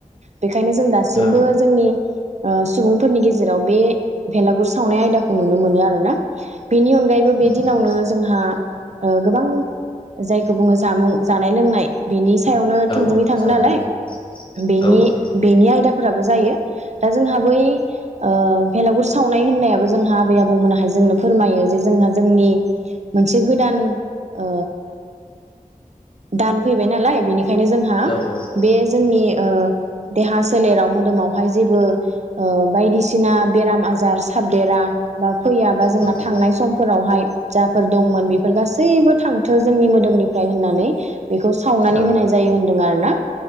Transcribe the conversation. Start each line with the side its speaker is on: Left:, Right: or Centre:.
Right: बेखायनो जों दासिबो
Left: औ
Right: जोंनि सुबुंफोरनि गेजेराव बे भेलागुर सावनाय आयदाखौ नुनो मोनो आरोना बेनि अनगायैबो बे
Left: उम
Right: दिनावनो
Left: उम
Right: जोंहा गोबां जायखौ बुङो जामुं जानाय लोंनाय बेनि सियावनो
Left: औ
Right: थोंजोङै
Left: औ
Right: थाङो
Left: जानाय
Right: नालाय
Left: लोंनाय
Right: बेनि
Left: औ औ
Right: बेनि आयदाफोराबो जायो दा जोंहा बै ओ भेलागुर सावनाय होननायाबो जोंहा आबै आबौमोनाहाय जोंनो फोरमायो जे जोंहा जोंनि मोनसे गोदान ओ दान फैबाय नालाय बेनिख बेनिखायनो जोंहा
Left: औ औ औ
Right: बे जोंनि ओ देहा सोलेराव मोदोमावहाय जेबो बायदिसिना बेराम आजार साबदेरा बा फैया बा जोंना
Left: नंगौ
Right: थांनाय समफोरावहाय जाफोर दंमोन बेफोर गासैबो थांथो जोंनि मोदोमनिफ्राय होननानै बेखौ सावनानै
Left: औ
Right: होनाय जा जायो होनदों आरोना